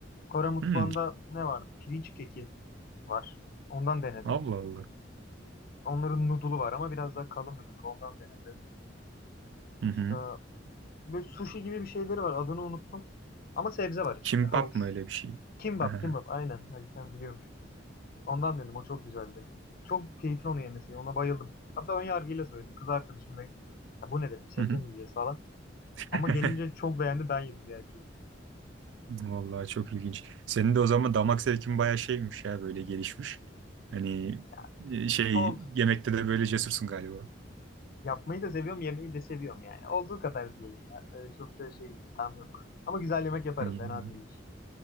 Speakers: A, on the left; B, on the right.
A: Kore mutfağında
B: Hmm,
A: ne vardı? Pirinç keki var. Ondan denedim.
B: Allah Allah.
A: Onların noodle'u var ama biraz daha kalın bir noodle. Ondan denedim.
B: Hı
A: Başka
B: hı.
A: böyle sushi gibi bir şeyleri var. Adını unuttum. Ama sebze var içinde.
B: Kimbap
A: Havuç.
B: mı öyle bir şey?
A: Kimbap,
B: <laughs> Hı
A: kimbap. Aynen. Ali sen biliyormuş. Ondan dedim o çok güzeldi. Çok keyifli onu yemesi. Ona bayıldım. Hatta ön yargıyla söyledim. Kız arkadaşımdaydık. Ya bu ne dedim sebze
B: hı.
A: mi yiyeceğiz falan.
B: <laughs>
A: Ama gelince çok beğendi ben yedim ya çocuğum.
B: Vallahi çok ilginç. Senin de o zaman damak zevkin bayağı şeymiş ya böyle gelişmiş. Hani
A: Ya
B: e, şey
A: oldu.
B: yemekte de böyle cesursun galiba.
A: Yapmayı da seviyorum yemeyi de seviyorum yani. Olduğu kadar diyelim ya. Öyle çok da şey iddiam yok. Ama güzel yemek yaparım
B: Hani
A: fena değildir.